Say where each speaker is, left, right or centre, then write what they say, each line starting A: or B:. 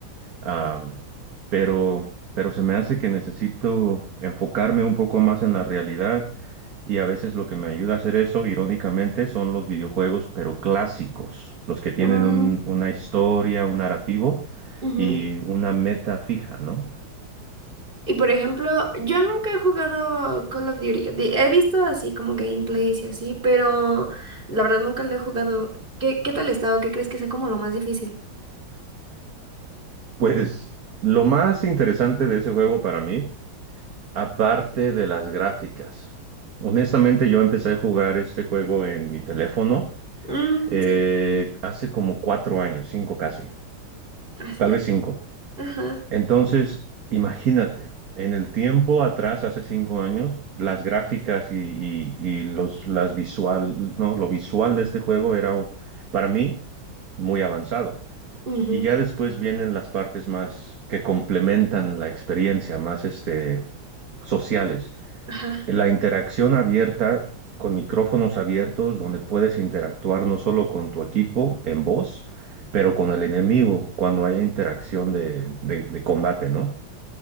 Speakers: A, on the right (about 45°); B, on the right (about 25°).
A: Am, pero, pero se me hace que necesito enfocarme un poco más en la realidad y a veces lo que me ayuda a hacer eso, irónicamente, son los videojuegos, pero clásicos, los que tienen
B: Mm,
A: un- una historia, un narrativo
B: ujú.
A: y una meta fija, ¿no?
B: Y por ejemplo, yo nunca he jugado Call of Duty. Di- He visto así como gameplays y así, pero la verdad nunca lo he jugado. ¿Qué, qué tal está o qué crees que sea como lo más difícil?
A: Pues lo más interesante de ese juego para mí, aparte de las gráficas. Honestamente, yo empecé a jugar este juego en mi teléfono
B: Mm,
A: eh,
B: sí,
A: hace como cuatro años, cinco casi.
B: así
A: Tal
B: ya.
A: vez cinco.
B: Ajá.
A: Entonces, imagínate, en el tiempo atrás, hace cinco años, las gráficas y, y- y los, las visual, no, lo visual de este juego era u- para mí muy avanzado.
B: ujú,
A: Y ya después vienen las partes más que complementan la experiencia, más este, sociales.
B: Ajá.
A: La interacción abierta con micrófonos abiertos donde puedes interactuar no solo con tu equipo en voz, pero con el enemigo cuando haya interacción de, de- de combate, ¿no?